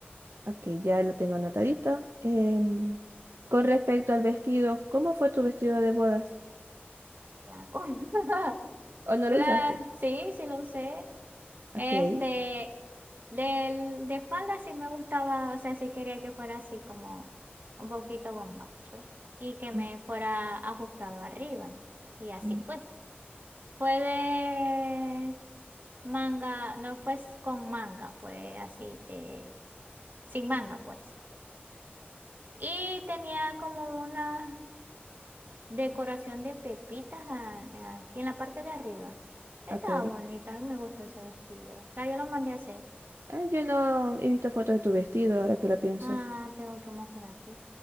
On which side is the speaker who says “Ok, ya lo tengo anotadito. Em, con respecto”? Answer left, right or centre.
Right